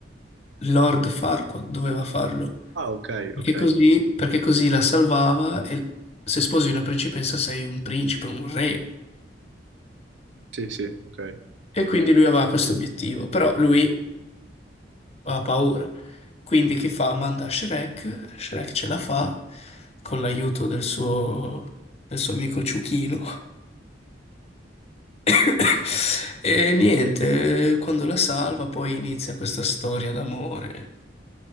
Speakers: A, on the left; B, on the right.
A: Lord Farquaad, doveva farlo.
B: Ah, ok,
A: Perché
B: ok.
A: così, perché così la salvava e se sposi una principessa sei un principe, un re.
B: Sì, sì, ok.
A: E quindi lui aveva questo obiettivo. Però lui ha paura. Quindi chi fa? Manda Shrek, Shrek ce la fa con l'aiuto del suo, del suo amico Ciuchino. <coughs> E niente, quando la salva poi inizia questa storia d'amore